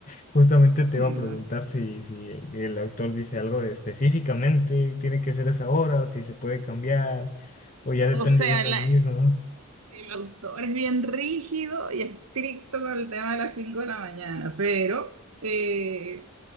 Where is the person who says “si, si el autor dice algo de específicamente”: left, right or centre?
Left